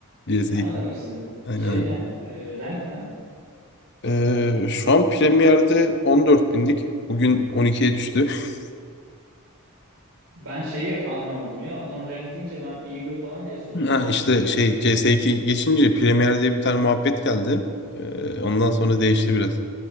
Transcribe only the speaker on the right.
Ya
onu demek istedim.
Şey
ne? Ee, rank ne?
Ben şeyi anlamadım ya. Onun rank deyince ben Eagle falan diye sordum.